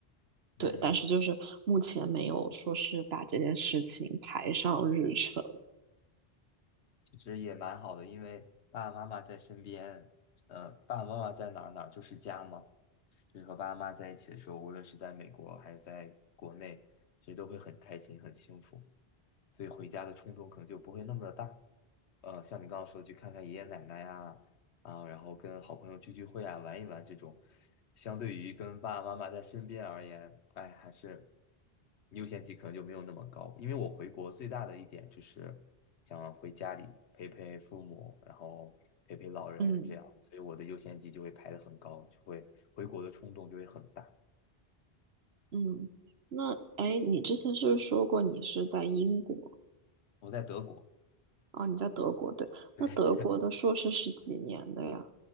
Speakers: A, on the right; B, on the left.
A: 对，
B: 嗯，
A: 但是就是目前没有说是把这件事情排上日程。
B: 其实也蛮好的，因为爸爸妈妈在身边，呃，爸爸妈妈在哪儿哪儿就是家嘛。就是和爸爸妈妈在一起的时候，无论是在美国还是在国内，其实都会很开心、很幸福。所以回家的冲动可能就不会那么的大。呃，像你刚刚说的去看看爷爷奶奶呀，啊，然后跟好朋友聚聚会啊，玩一玩这种，相对于跟爸爸妈妈在身边而言，哎，还是优先级可能就没有那么高。因为我回国最大的一点就是想回家里陪陪父母，然后陪陪老人这样，
A: 嗯
B: 所以我的优先级就会排的很高，就会回国的冲动就会很大。
A: 嗯，那哎，你之前是不是说过你是在英国
B: 我在德国，
A: 啊？你在德国，对，
B: 对，
A: 那德国的硕士是几年的呀？